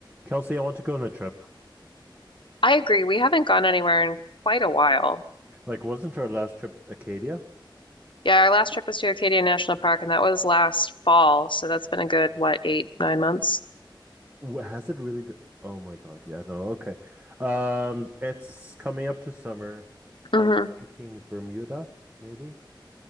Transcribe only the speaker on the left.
I agree. We haven't gone anywhere in quite a while.
Yeah, our last trip was to Acadia National Park, and that was last fall. So that's been a good, what, eight, nine months?
hmm